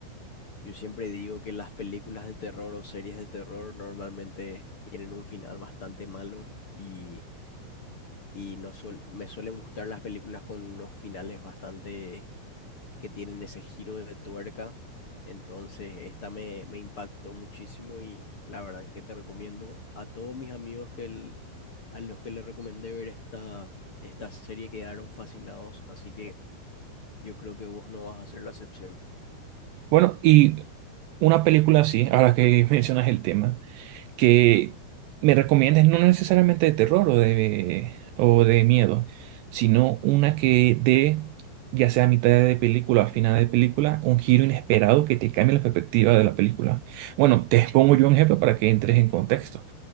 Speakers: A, on the left; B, on the right.
A: Yo siempre digo que las películas de terror o series de terror normalmente tienen un final bastante malo y, y no suel- me suelen gustar las películas con unos finales bastante que tienen ese giro de tuerca. Entonces, esta me, me impactó muchísimo y la verdad que te recomiendo a todos mis amigos que el- a los que les recomendé ver esta, esta serie quedaron fascinados, así que yo creo que vos no vas a ser la excepción.
B: Bueno, y una película así, ahora que <laughs> mencionas el tema, que me recomiendes no necesariamente de terror o de, o de miedo, sino una que dé, ya sea a mitad de película o a final de película, un giro inesperado que te cambie la perspectiva de la película. Bueno, te <laughs> pongo yo un ejemplo para que entres en contexto.